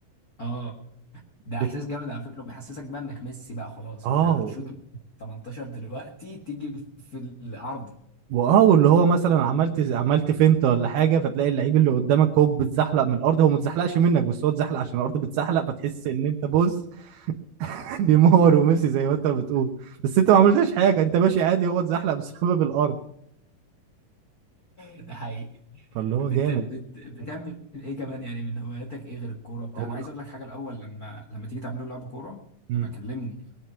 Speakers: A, on the left; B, on the right.
A: اه ده احساس
B: بت...
A: جامد على فكره وبيحسسك بقى انك ميسي بقى خلاص
B: اه
A: انت هتشوط من 18 دلوقتي تيجي في العرض <laughs>
B: واه واللي هو مثلا عملت عملت فينت ولا حاجه فتلاقي اللعيب اللي قدامك هو بيتزحلق من الارض هو ما اتزحلقش منك بس هو اتزحلق عشان الارض بتزحلق فتحس ان انت بص <laughs> نيمار وميسي زي ما انت بتقول بس انت ما عملتش حاجه انت ماشي عادي هو اتزحلق بسبب الارض
A: ده حقيقي
B: فاللي هو
A: بت...
B: جامد
A: بت... بتعمل ايه كمان يعني من هواياتك ايه غير الكوره وبتاع
B: هو
A: انا عايز
B: انا
A: اقول لك حاجه الاول لما لما تيجي تعملوا لعب كوره
B: مم.
A: ابقى كلمني